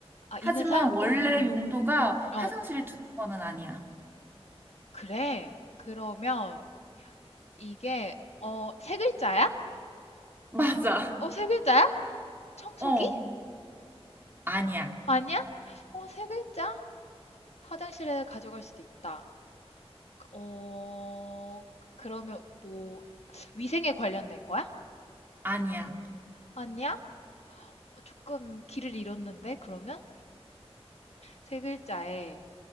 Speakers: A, on the left (about 85°); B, on the right (about 20°).
A: 아, 있는
B: 하지만
A: 사람도?
B: 원래
A: 음,
B: 용도가 화장실에
A: 어,
B: 두는 거는 아니야.
A: 그래. 그러면 이게, 어, 세 글자야?
B: <laughs> 맞아.
A: 어, 세 글자야? 청소기?
B: 어. 아니야,
A: 아니야? 어, 세 글자? 화장실에 가져갈 수도 있다. 어, 그러면 뭐, 위생에 관련된 거야?
B: 아니야.
A: 아니야? 어, 조금 길을 잃었는데, 그러면? 세 글자에